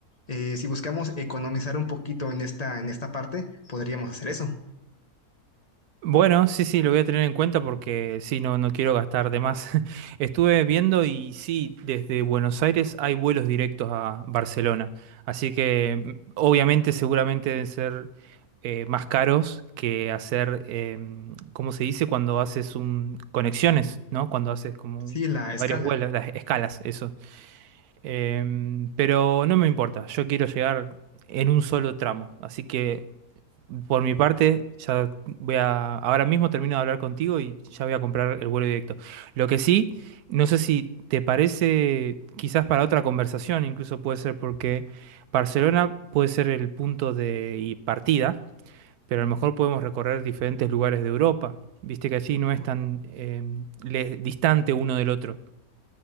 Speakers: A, on the left; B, on the right.
A: eh, si buscamos economizar un poquito en esta, en esta parte, podríamos hacer eso.
B: Bueno, sí, sí, lo voy a tener en cuenta porque sí, no, no quiero gastar de más. <laughs> Estuve viendo y sí, desde Buenos Aires hay vuelos directos a Barcelona. Así que mm, obviamente seguramente deben ser eh, más caros que hacer, em, ¿cómo se dice? Cuando haces un, conexiones, ¿no? Cuando haces como un-
A: Sí, la escala.
B: varios vuelos, las escalas, eso. Em, pero no me importa, yo quiero llegar en un solo tramo. Así que por mi parte, ya voy a, ahora mismo termino de hablar contigo y ya voy a comprar el vuelo directo. Lo que sí, no sé si te parece, quizás para otra conversación, incluso puede ser porque Barcelona puede ser el punto de y partida, pero a lo mejor podemos recorrer diferentes lugares de Europa. Viste que allí no es tan eh, le- distante uno del otro,